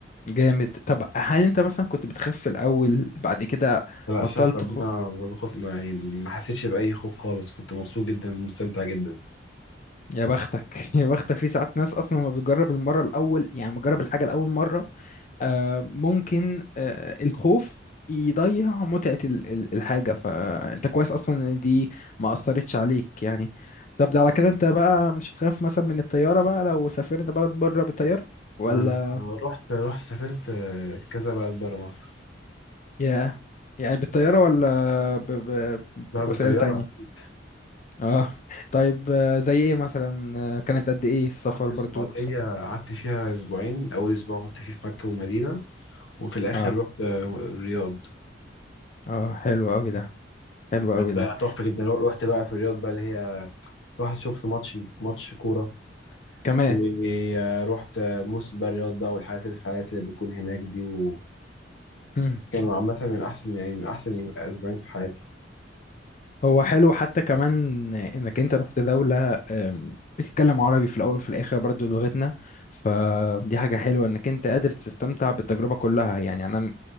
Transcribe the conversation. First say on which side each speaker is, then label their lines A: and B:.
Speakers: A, on the left; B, on the left.
A: جامد طب هل انت مثلا كنت بتخاف في الاول بعد كده
B: لا
A: بطلت
B: شاف ربنا
A: تخاف
B: ما- خوف ما- يعني ما حسيتش باي خوف خالص كنت مبسوط جدا ومستمتع جدا
A: يا بختك <laughs> يا بختك في ساعات ناس اصلا لما بتجرب المره الاول يعني بتجرب الحاجه لاول مره آه، ممكن آه، الخوف يضيع متعه ال- ال- الحاجه فانت كويس اصلا ان دي ما اثرتش عليك يعني طب ده على كده انت بقى مش هتخاف مثلا من الطياره بقى لو سافرت بلد بره بالطياره ولا
B: انا رحت رحت سافرت آه، كذا بلد بره مصر
A: يا يعني بالطياره ولا ب- ب-
B: بقى
A: بوسائل
B: بالطياره
A: تانية
B: اكيد
A: اه طيب آه، زي ايه مثلا آه، كانت قد ايه السفر
B: رحت السعوديه
A: برضو س-
B: قعدت فيها اسبوعين اول اسبوع كنت فيه في مكه والمدينه وفي الاخر
A: اه
B: رحت آه، الرياض
A: اه حلو قوي ده حلو قوي
B: كانت
A: ده
B: بقى تحفه جدا رحت بقى في الرياض بقى اللي هي رحت شفت ماتش ماتش كوره
A: كمان
B: ورحت آه، موسم بقى الرياض بقى والحاجات الفعاليات اللي بتكون هناك دي وكانوا
A: مم.
B: عامه من احسن يعني من احسن يوم- اسبوعين في حياتي
A: هو حلو حتى كمان انك انت رحت دولة آم، بتتكلم عربي في الاول وفي الاخر برضو لغتنا فدي حاجة حلوة انك انت قادر تستمتع بالتجربة كلها يعني انا